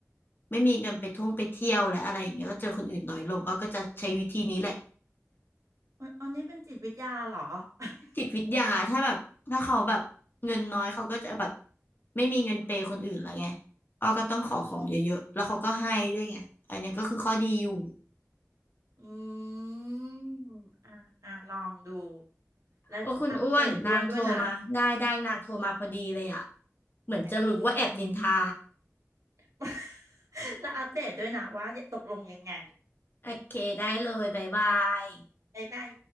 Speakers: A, on the left; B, on the right.
A: ไม่มีเงินไปท่องไปเที่ยวและอะไรอย่างเงี้ยก็เจอคนอื่นน้อยลงอ้อก็จะใช้วิธีนี้แหละ
B: อันอันนี้เป็นจิตวิทยาเหรอ <laughs>
A: จิตวิทยาถ้าแบบถ้าเขาแบบเงินน้อยเขาก็จะแบบไม่มีเงินเปย์คนอื่นละไงอ้อก็ต้องขอของเยอะๆแล้วเขาก็ให้ด้วยไงอันเนี้ยก็คือข้อดีอยู่
B: อ๋ออืมอ่ะอ่ะลองดูและอัปเดตอ้วนด้วยนะ
A: โอ้คุณอ้วนนางโทรมาได้ได้นางโทรมาพอดีเลยอะเหมือนจะรู้ว่าแอบนินทา
B: โอเค <laughs> แล้วอัปเดตด้วยนะว่าตกลงยังไง
A: โอเคได้เลยบ๊ายบาย
B: บ๊ายบาย